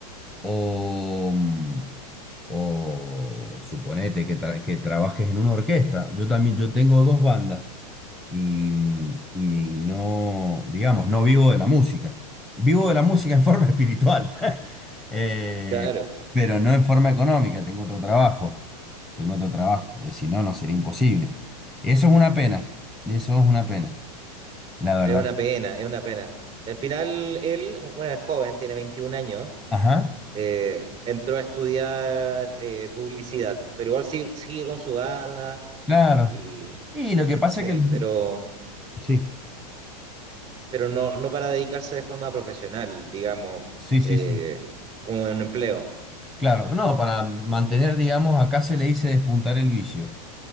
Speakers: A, in the centre; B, on the right.
A: o, mm, o suponete que, tra- que trabajes en una orquesta. Yo también, yo tengo dos bandas y, y no, digamos, no vivo de la música. Vivo de la música en forma <laughs> espiritual, <laughs> eh,
B: Claro,
A: pero no en forma económica. Tengo otro trabajo. Tengo otro trabajo. eh, si no, no sería imposible. Eso es una pena. Eso es una pena. La verdad.
B: es una pena, es una pena. Al final él, bueno, es joven, tiene 21 años
A: Ajá.
B: eh, entró a estudiar eh, publicidad, pero igual sigue, sigue con su banda
A: Claro.
B: y
A: Y lo que pasa
B: sí,
A: es que... los-
B: pero,
A: Sí,
B: pero no, no para dedicarse de forma profesional, digamos,
A: sí, sí,
B: eh,
A: sí.
B: como en un empleo.
A: Claro, no, para mantener, digamos, acá se le dice despuntar el vicio,